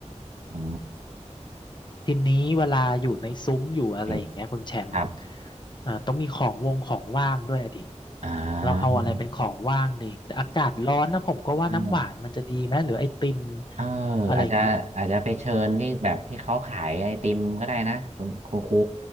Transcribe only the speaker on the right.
อ่า
เต็มครับ
อ่า
เออเออ
อาจจะอาจจะไปเชิญที่แบบที่เขาขายไอติมก็ได้นะคุณคุณครู